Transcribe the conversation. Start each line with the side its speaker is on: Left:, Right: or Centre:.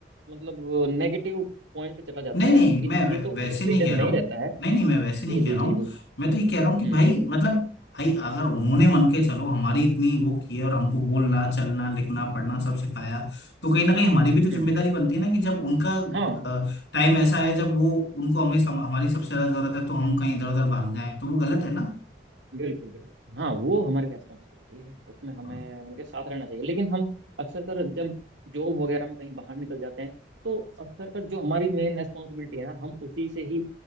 Right: मतलब नेगेटिव पॉइंट चला जाता
Left: नहीं
Right: है
Left: नहीं
Right: इस
Left: मैं
Right: ये
Left: वै,
Right: तो
Left: वैसे
Right: एक
Left: नहीं
Right: रीजन
Left: कह रहा
Right: नहीं
Left: हूँ
Right: रहता है
Left: नहीं नहीं मैं वैसे नहीं
Right: जी
Left: कह
Right: जी
Left: रहा
Right: जी
Left: हूँ
Right: जी
Left: मैं तो ये कह रहा हूँ कि भाई
Right: हम्म
Left: मतलब भाई अगर उन्होंने मन के चलो हमारी इतनी वो की है और हमको बोलना चलना लिखना पढ़ना सब सिखाया तो कहीं ना कहीं हमारी भी तो जिम्मेदारी
Right: हम्म
Left: बनती है ना कि जब उनका
Right: हाँ
Left: टाइम ऐसा है जब वो उनको हमें सम, हमारी सबसे ज्यादा जरूरत है तो हम कहीं इधर उधर भाग जाएं तो वो गलत है ना
Right: बिल्कुल बिल्कुल हाँ वो हमारी रेस्पॉन्सिबिलिटी है उसमें हमें
Left: हाँ
Right: उनके साथ रहना चाहिए लेकिन हम अक्सर कर जब जॉब वगैरह में कहीं बाहर निकल जाते हैं तो अक्सर कर जो हमारी मेन रेस्पॉन्सिबिलिटी है ना हम उसी से ही